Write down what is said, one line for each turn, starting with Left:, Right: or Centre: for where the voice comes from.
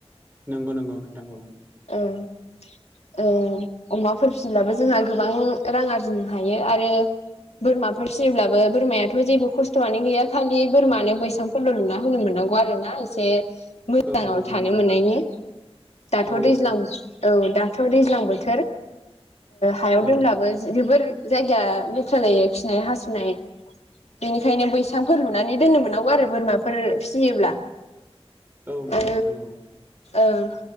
Right: नोंगौ नोंगौ नोंथां औ।
Left: ओं। ओ अमाफोर फियोब्लाबो जोंहा गोबां रां आरजिनो हायो आरो बोरमाफोर फियोब्लाबो बोरमायाथ' जेबो खस्थ'आनो गैया खालि बोरमानो बैसां फोरल' लुना होनो मोननांगौ आरो ना एसे मोजाङाव
Right: औ औ
Left: थानो
Right: नंगौ
Left: मोननायनि। थ'
Right: औ
Left: दैज्लां औ दाथ' दैज्लां बोथोर हायाव
Right: औ
Left: दोनलाबो जोबोर जायगाया लेथ्रा जायो खिनाय हासुनाय। बिनिखायनो बैसांफोर लुनानै दोननो मोननांगौ आरो बोरमाफोर फिसियोब्ला।
Right: औ नंगौ
Left: ओ
Right: नोंथां औ
Left: ओं।